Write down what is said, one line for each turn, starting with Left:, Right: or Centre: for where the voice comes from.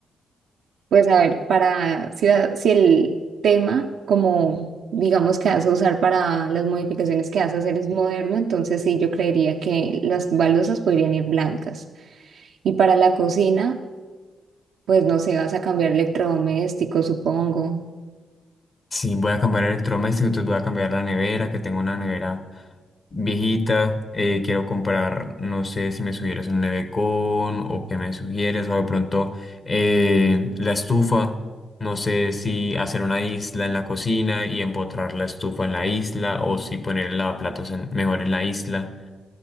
Right: Pues a ver, para si, la- si el tema, como digamos que vas a usar para las modificaciones que vas a hacer es moderno, entonces sí, yo creería que las baldosas podrían ir blancas. Y para la cocina, pues no sé, vas a cambiar electrodomésticos, supongo.
Left: Sí, voy a cambiar electrodoméstico, entonces voy a cambiar la nevera, que tengo una nevera viejita. eh, quiero comprar, no sé si me sugieres un nevecón o qué me sugieres, o de pronto eh, la estufa. No sé si hacer una isla en la cocina y empotrar la estufa en la isla, o si poner el lavaplatos en- mejor en la isla